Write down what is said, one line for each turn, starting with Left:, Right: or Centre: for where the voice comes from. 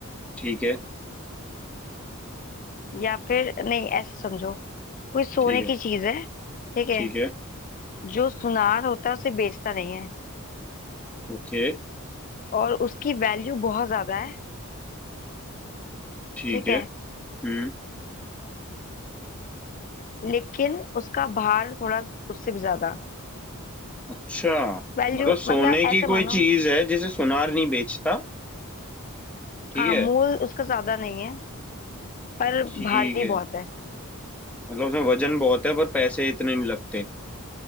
Centre: ठीक है
Left: या फिर नहीं ऐसे समझो कोई सोने
Centre: ठीक है
Left: की चीज है ठीक है
Centre: ठीक है
Left: जो सुनार होता है उसे बेचता नहीं है
Centre: ओके
Left: और उसकी वैल्यू बहुत ज्यादा है
Centre: ठीक
Left: ठीक
Centre: है
Left: है
Centre: हम्म
Left: लेकिन उसका भार थोड़ा उससे भी ज्यादा
Centre: अच्छा
Left: वैल्यू
Centre: मतलब सोने
Left: मतलब
Centre: की
Left: ऐसे
Centre: कोई
Left: मानो
Centre: चीज है जिसे सुनार नहीं बेचता ठीक
Left: हाँ
Centre: है
Left: मोल उसका ज्यादा नहीं है पर
Centre: ठीक
Left: भारी
Centre: है
Left: बहुत है
Centre: मतलब उसमें वजन बहुत है पर पैसे इतने नहीं लगते